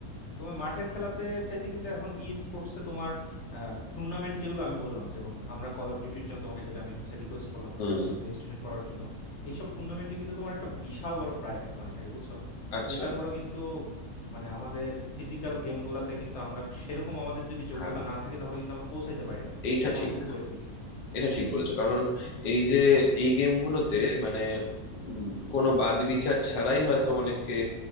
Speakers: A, on the left; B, on the left.
A: তোমার মাঠের খেলাতে চাইতে কিন্তু এখন ই স্পোর্টসে তোমার টুর্নামেন্ট যেগুলো আমি বললাম যেমন আমরা কল অফ ডিউটির জন্য তোমাকে যেটা আমি হচ্ছে রিকোয়েস্ট করলাম
B: হুম,
A: রেজিস্ট্রেশন করার জন্য এইসব টুর্নামেন্টে কিন্তু তোমার একটা বিশাল বড় প্রাইজ মানি থাকে বুঝছো
B: আচ্ছা
A: যেটা ধরো কিন্তু মানে আমাদের ফিজিক্যাল গেম গুলাতে কিন্তু আমরা সেরকম আমাদের যদি যোগ্যতা
B: হ্যাঁ
A: না থাকে তাহলে কিন্তু আমরা পৌঁছাইতে পারি না
B: এইটা ঠিক
A: অনেক উপরের দিকে
B: এটা ঠিক বলেছো কারণ এই যে এই গেমগুলোতে মানে উম, কোনো বাদ বিচার ছাড়াই হয়তো অনেককে